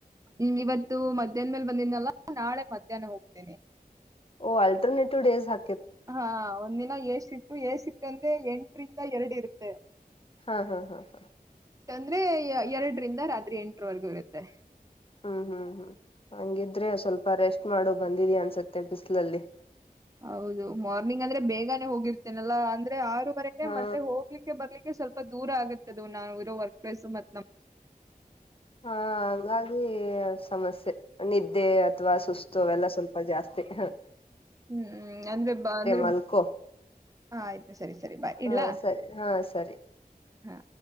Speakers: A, on the right; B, on the left.
A: ಹ್ಮ ಇವತ್ತು ಮಧ್ಯಾಹ್ ಮೇಲೆ ಬಂದಿದನಲ್ಲ ನಾಳೆ ಮಧ್ಯಾಹ್ನ ಹೋಗ್ತೇನೆಿ.
B: ಓ ಆಲ್ಟರ್ನೇಟಿವ್ ಡೇಸ್ ಹಾತ.
A: ಹಾ ಒಂದಿನ ಎ ಸಿಟ್ಟು ಎ ಸಿಿಟ್ಟ ಅಂದ್ರೆ ಎಂಟರಿಂದ ಎರಡು ಇರುತ್ತೆ.
B: ಹಾ ಹಾ ಹಾ ಹಾ.
A: ಂದ್ರೆ ಎರಡರಿಂದ ರಾತ್ರಿ ಎಂಟರವರೆಗೂ ಇರುತ್ತೆ.
B: ಹ್ಮ್ ಹ್ಮ್ ಹ್ಮ್ ಹಂಗಿದ್ರೆ ಸ್ವಲ್ಪ ರೆಸ್ಟ್ ಮಾಡು ಬಂದಿದಿ ಅನ್ಸತ್ತೆ ಬಿಸಿಲಲ್ಲಿ.
A: ಹೌದು ಮಾರ್ನಿಂಗ್ ಅಂದ್ರೆ ಬೇಗಾನನೆ ಹೋಗಿರ್ತೇನಲ್ಲಾ ಅಂದ್ರೆ ಆ ವರೆಗೆ
B: ಹಾ
A: ಅಂದ್ರೆ ಹೋಗ್ಲಿಕ್ಕೆ ಬರ್ಲಿಕ್ಕೆ ಸ್ವಲ್ಪ ದೂರ ಆಗುತ್ತದ ನಾವು ಇರೋ ವರ್ಕ್ ಪ್ಲೇಸ್ ಮತ್ ನಮ್ಮ
B: ಹಾ ಹಂಗಾಗಿ ಸಮಸ್ಯೆ ನಿದ್ದೆ ಅಥವಾ ಸುಸ್ತು ಅವೆಲ್ಲ ಸ್ವಲ್ಪ ಜಾಸ್ತಿ ಮ ಹ
A: ಹ್ಮ್ ಹ್ಮ್ ಅಂದ್ರೆ ಬ ಅಂದ್ರೆ
B: ಮಲ್ಕೋ
A: ಹ ಆಯ್ತು ಸರಿ ಸರಿ ಬಾ
B: ಹಾ
A: ಇಡ್ಲಾ
B: ಸರಿ ಹಾ ಸರಿ
A: ಹಾ